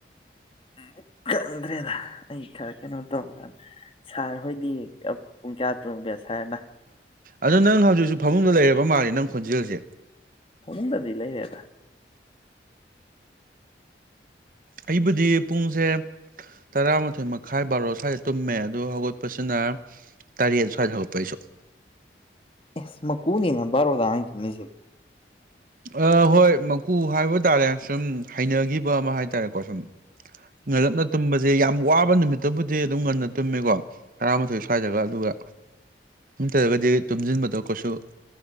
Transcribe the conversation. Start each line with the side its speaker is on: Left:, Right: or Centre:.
Left: ꯎ ꯈꯪꯗ꯭ꯔꯦꯗ ꯑꯩ ꯈꯔ ꯀꯩꯅꯣ ꯇꯧꯕꯀꯗ ꯁꯥꯔ ꯍꯣꯏꯗꯤ ꯄꯨꯡ ꯀꯌꯥ ꯇꯨꯝꯒꯦ ꯁꯥꯔꯅ
Right: ꯑꯗ ꯅꯪ ꯍꯧꯖꯤꯛꯁꯨ ꯐꯃꯨꯡꯗ ꯂꯩꯔꯕ ꯃꯥꯜꯂꯦ ꯅꯪ ꯈꯣꯟꯖꯦꯜꯁꯦ
Left: ꯐꯃꯨꯡꯗꯗꯤ ꯂꯩꯔꯦꯗ
Right: ꯑꯩꯕꯨꯗꯤ ꯄꯨꯡꯁꯦ ꯇꯔꯥꯃꯥꯊꯣꯏ ꯃꯈꯥꯏ ꯕꯥꯔꯣ ꯁ꯭ꯋꯥꯏꯗ ꯇꯨꯝꯃꯦ ꯑꯗꯨ ꯍꯧꯒꯠꯄꯁꯤꯅ ꯇꯔꯦꯠ ꯁ꯭ꯋꯥꯏꯗ ꯍꯧꯒꯠꯄ ꯑꯩꯁꯨ
Left: ꯑꯁ ꯃꯀꯨꯅꯤꯗ ꯕꯔꯣꯗ ꯑꯥ ꯇꯨꯃꯤꯁꯤ
Right: ꯑꯥ ꯍꯣꯏ ꯃꯀꯨ ꯍꯥꯏꯕ ꯇꯥꯔꯦ ꯁꯨꯝ ꯍꯩꯅꯈꯤꯕ ꯑꯃ ꯍꯥꯏ ꯇꯥꯔꯦꯀꯣ ꯁꯨꯝ ꯉꯜꯂꯞꯅ ꯇꯨꯝꯕꯁꯦ ꯌꯥꯝ ꯋꯥꯕ ꯅꯨꯃꯤꯠꯇꯕꯨꯗꯤ ꯑꯗꯨꯝ ꯉꯟꯅ ꯇꯨꯝꯃꯦꯀꯣ ꯇꯔꯥꯃꯥꯊꯣꯏ ꯁ꯭ꯋꯥꯏꯗꯒ ꯑꯗꯨꯒ ꯠꯇ꯭ꯔꯒꯗꯤ ꯇꯨꯝꯁꯤꯟꯕꯗꯣ ꯀꯩꯁꯨ